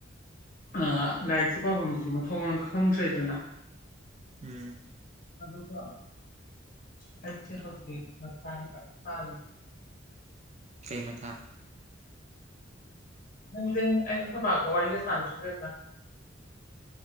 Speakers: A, on the left; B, on the right.
A: ꯑ ꯂꯥꯏꯔꯤꯛꯁꯨ ꯄꯥꯐꯝꯗꯨꯗꯤ ꯃꯊꯣꯡ ꯃꯔꯝ ꯈꯪꯗ꯭ꯔꯦꯗꯅ
B: ꯎꯝ
A: ꯑꯗꯨꯀ ꯍꯁ ꯍꯐ ꯃꯁꯥꯡ ꯀ ꯊꯥ
B: ꯆꯩꯩ ꯃꯊꯥ
A: ꯀꯗꯤ ꯑꯩ ꯕꯥꯀꯋꯥ ꯀ ꯁꯥꯟꯆ ꯐ